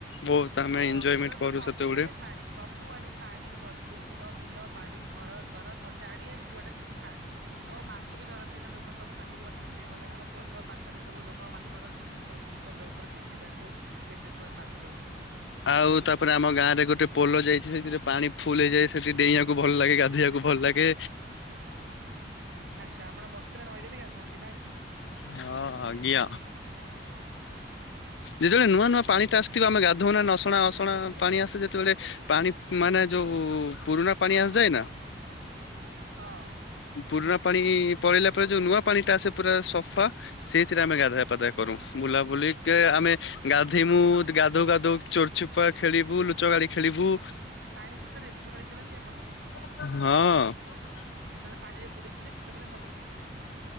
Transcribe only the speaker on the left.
ବହୁତ ଆମେ
ଏଞ୍ଜୟମେଣ୍ଟ
କରୁ
ସେତେବେଳେ
ଆଉ ତାପରେ ଆମ ଗାଁ ରେ ଗୋଟେ ପୋଲ ଯାଇଛି ସେଥିରେ ପାଣି ଫୁଲ ହେଇଯାଏ ସେଠି ଡେଇଁବାକୁ ଭଲ ଲାଗେ ଗାଧୋଇବାକୁ ଭଲ ଲାଗେ
ହଁ ଆଜ୍ଞା ଯେତେବେଳେ ନୂଆ ନୂଆ ପାଣି ଟା ଆସିଥଥିବା ଆମେ ଗାଧଉ ନା ନସଣା ଅସଣା ପାଣି ଆସେ ଯେତେବେଳେ ପାଣି ମାନେ ଯୋଉ ପୁରୁଣା ପାଣି ଆସିଯାଏ ନା।
ପୁରୁଣା ପାଣି ପଳେଇିଲା ପରେ ଯୋଉ ନୂଆ ପାଣି ଟା ଆସେ ପୁରା ସଫା ସେଇଥିରେ ଆମେ ଗାଧଆ ପାଧଆ କରୁ ବୁଲାବୁଲିିକ ଆମେ ଗାଧେଇମୁ ଗାଧଉ ଗାଧ ଚୋରଚୁପା ଖେଳିବୁ ଲୁଚ ଗାଳି ଖେଳିବୁ।
ହଁ।